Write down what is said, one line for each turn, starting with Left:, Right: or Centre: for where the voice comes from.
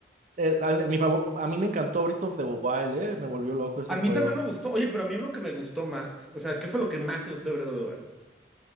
Right: es- a, mi favor, a mí me encantó Breath of the Wild, eh, me volvió loco ese
Centre: A
Right: juego.
Centre: mí también me gustó, oye, pero a mí lo que me gustó más, o sea, ¿qué fue lo que más te gustó de Breath of the Wild?